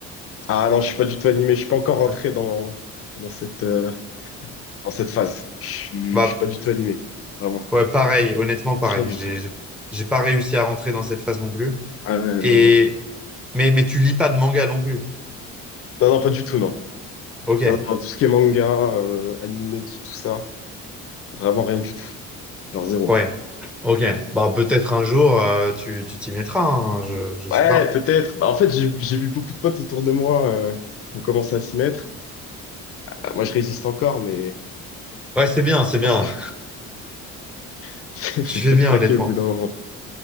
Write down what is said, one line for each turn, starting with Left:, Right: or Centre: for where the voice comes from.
Left: Ah non, je suis pas du tout animé. Je suis pas encore rentré
Centre: ouais.
Left: dans dans cette euh, dans cette phase. Je suis
Centre: Bah,
Left: je suis pas du tout animé. Vraiment.
Centre: ouais, pareil, honnêtement, pareil.
Left: Rien du
Centre: J'ai,
Left: tout.
Centre: j'ai j'ai pas réussi à rentrer dans cette phase non plus.
Left: Ah ouais,
Centre: Et,
Left: non, non.
Centre: mais, mais tu lis pas de manga non plus.
Left: Non, non, pas du tout, non.
Centre: Ok,
Left: Non, non, tout ce qui est manga, euh, animé, tout, tout ça. Vraiment rien du tout. Genre zéro.
Centre: ouais, ok. Bah, peut-être un jour, euh, tu, tu t'y mettras, hein, je, je sais
Left: Ouais,
Centre: pas.
Left: peut-être. Bah, en fait, j'ai j'ai vu beaucoup de potes autour de moi euh, qui ont commencé à s'y mettre. Euh, moi, je résiste encore, mais
Centre: Ouais, c'est bien, c'est
Left: je pense
Centre: bien.
Left: que
Centre: <laughs>
Left: <laughs> je vais
Centre: Tu fais
Left: peut-être
Centre: bien,
Left: craquer
Centre: honnêtement.
Left: au bout d'un moment.